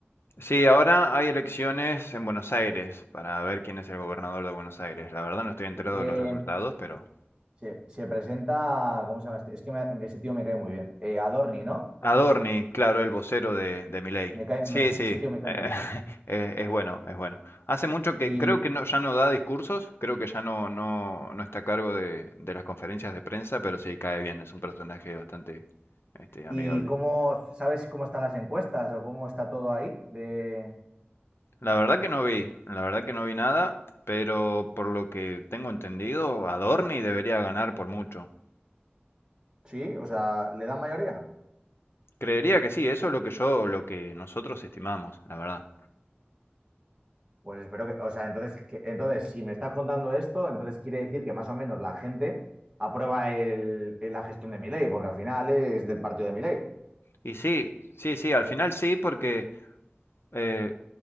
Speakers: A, on the left; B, on the right.
A: Sí, ahora hay elecciones en Buenos Aires para ver quién es el gobernador de Buenos Aires. La verdad no estoy enterado
B: ¿Y quién,
A: de los resultados, pero...
B: Se, se presenta, ¿cómo se llama este? Es que me- ese tío me cae muy bien. Eh, Adorni, ¿no?
A: Adorni, claro, el vocero de, de Milei.
B: Me cae,
A: Sí,
B: me- <laughs>
A: sí,
B: ese tío me cae
A: eh,
B: muy bien.
A: <laughs> eh, es bueno, es bueno. Hace mucho que
B: ¿Y,
A: creo que no, ya no da discursos, creo que ya no, no, no está a cargo de, de las conferencias de prensa, pero sí cae bien, es un personaje bastante este, amigable.
B: y cómo, sabes cómo están las encuestas o cómo está todo ahí? De...
A: La verdad que no vi, la verdad que no vi nada, pero por lo que tengo entendido, Adorni debería ganar por mucho.
B: Sí, o sea, ¿le dan mayoría?
A: Creería que sí, eso es lo que yo, lo que nosotros estimamos, la verdad.
B: Pues espero que, o sea, entonces, que- entonces, si me estás contando esto, entonces quiere decir que más o menos la gente aprueba el, el- la gestión de mi porque al final es del partido de mi
A: Y sí, sí, sí, al final sí, porque eh,